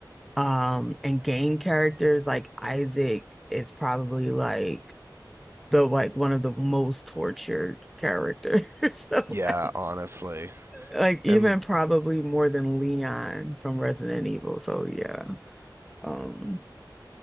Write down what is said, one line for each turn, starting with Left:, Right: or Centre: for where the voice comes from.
Centre: um, and game characters, like Isaac is probably like the like one of the most tortured characters. <laughs> So
Right: Yeah,
Centre: like
Right: honestly.
Centre: like even
Right: And
Centre: probably more than Leon from Resident Evil. So yeah. Um